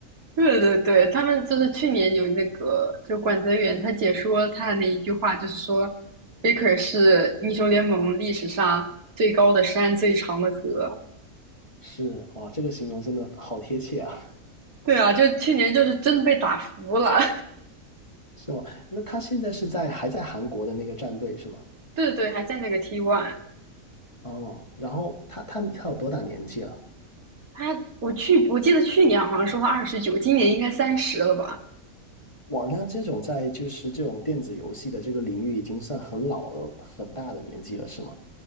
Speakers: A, on the right; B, on the left.
A: 对对对，他们就是去年有那个，就管泽元他解说他的那一句话，就是说，Faker 是英雄联盟历史上最高的山、最长的河。
B: 是，哇，这个形容真的好贴切啊，
A: 对啊，就去年就是真的被打服了。
B: <laughs> 是吗？那他现在是在还在韩国的那个战队是吗？
A: <laughs> 对对对，还在那个 t One。
B: 哦，然后他他他有多大年纪了？
A: 他，我去，我记得去年好像说他二十九，今年应该三十了吧？
B: 哇，那这种在就是这种电子游戏的这个领域已经算很老了，很大的年纪了，是吗？